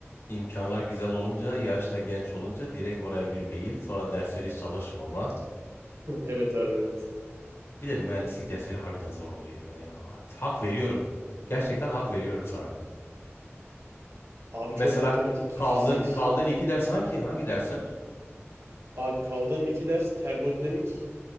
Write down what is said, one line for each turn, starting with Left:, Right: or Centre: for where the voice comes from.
Left: imkanlar güzel olunca, yaşta genç olunca direkt oraya bir mail, sonra dersleri çalışmama.
Right: Evet abi evet.
Left: Bir de mühendislik dersleri harbiden zor oluyor. Yani ha- hak veriyorum. Gerçekten hak veriyorum sana.
Right: Abi
Left: Mesela
Right: çok matematik,
Left: kaldığın
Right: fizik.
Left: kaldığın iki ders hangi hangi dersler?
Right: Abi kaldığım iki ders termodinamik.